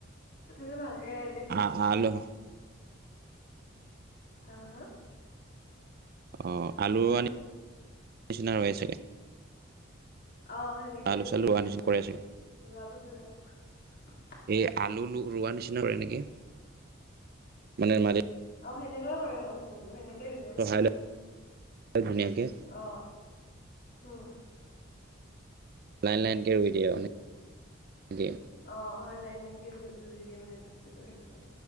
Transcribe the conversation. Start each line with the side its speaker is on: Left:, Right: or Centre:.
Left: তথাপি ভালকে দেখ
Right: আলু
Left: হা হা
Right: অহ আলু
Left: কি কৈছে?
Right: আনি নিচিনা ৰুৱে চাগে
Left: অহ সেনেকে
Right: আলু
Left: ৰুৱে
Right: চালু ৰোৱা
Left: প্ৰথমতে
Right: নিচিনা কৰে চাগে
Left: ৰোৱা পাছত আৰু
Right: এই আলু লো ৰোৱা নিচিনা কৰে নেকি মানে মাৰি
Left: অহ সেনেকৈ কৰে কৈচো বোলোঁ সেনেকেই ৰুৱে
Right: চহাই লৈ ধুনীয়াকে
Left: অহ হোম
Right: লাইন লাইনকে ৰুই দিয়ে মানে
Left: অ' অ লাইন লাইনকে ৰুই, ৰুই দিয়ে মানে৷ বস্তুটো সেনেকৈ,